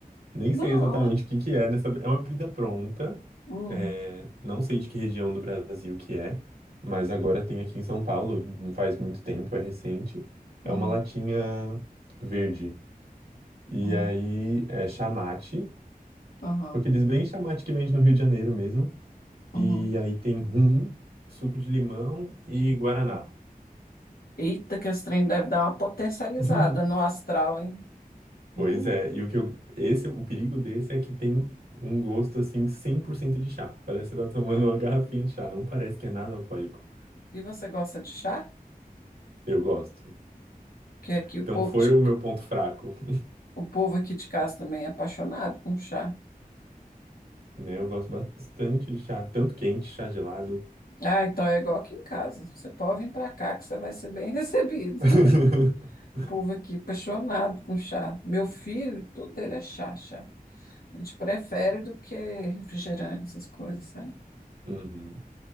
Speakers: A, on the right; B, on the left.
A: Nem
B: não.
A: sei exatamente o que que é nessa... É uma bebida pronta,
B: Hum,
A: é, não sei de que região do Brasil que é, mas agora tem aqui em São Paulo, não faz muito tempo, é recente.
B: hum,
A: É uma latinha verde. E
B: hum,
A: aí é chamate,
B: aham,
A: Tipo Aqueles bem chamate que vende no Rio de Janeiro mesmo. E
B: uhum.
A: aí tem rum, suco de limão e guaraná.
B: Eita, que esse trem deve dar uma potencializada
A: <laughs>
B: no astral, hein?
A: Pois
B: Hum,
A: é, e o que eu, esse, o perigo desse é que tem um gosto assim 100% de chá. Parece que você tá tomando uma garrafinha de chá, não parece que é nada alcoólico.
B: E você gosta de chá?
A: Eu gosto.
B: Porque aqui o
A: Então
B: povo,
A: foi
B: de-
A: o meu ponto fraco, <laughs>
B: o povo aqui de casa também é apaixonado com chá.
A: né? Eu gosto bastante de chá, tanto quente, chá gelado.
B: Ah, então é igual aqui em casa. Você pode vir para cá que você vai ser bem <laughs> recebido.
A: <laughs>
B: O povo aqui apaixonado com chá. Meu filho, tudo dele é chá, chá. A gente prefere do que refrigerante, essas coisas, sabe?
A: Uhum.